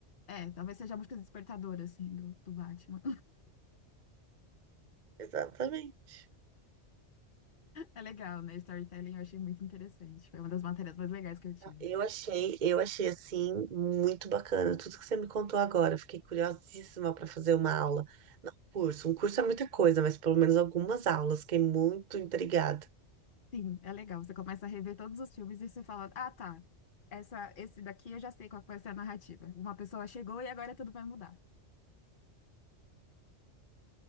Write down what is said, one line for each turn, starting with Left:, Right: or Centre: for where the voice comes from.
Left: É, talvez seja a música despertadora, assim, do, do Batman.
Right: Exatamente.
Left: É legal, né? Storytelling eu achei muito interessante. Foi uma das matérias mais legais que eu tive.
Right: Eu achei, eu achei assim muito bacana tudo que você me contou agora. Eu Fiquei curiosíssima para fazer uma aula. Não, curso, um curso é muita coisa, mas pelo menos algumas aulas. Fiquei muito intrigada.
Left: Sim, é legal. Você começa a rever todos os filmes e você fala: Ah, tá. Essa, esse daqui eu já sei qual que vai ser a narrativa. Uma pessoa chegou e agora tudo vai mudar.